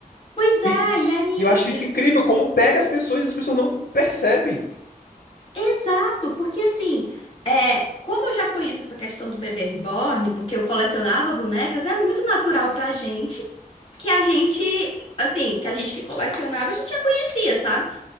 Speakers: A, on the left; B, on the left.
A: Pois é,
B: E
A: e aí?
B: e eu acho
A: is-
B: isso incrível, como pega as pessoas e as pessoas não percebem.
A: Exato, porque assim, é, como eu já conheço essa questão do bebê reborn, porque eu colecionava bonecas, é muito natural pra gente que a gente, assim, que a gente que colecionava, a gente já conhecia, sabe?